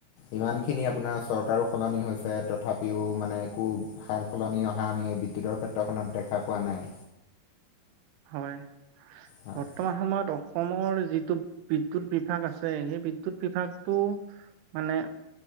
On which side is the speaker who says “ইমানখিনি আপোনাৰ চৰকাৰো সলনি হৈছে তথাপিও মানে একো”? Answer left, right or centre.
Left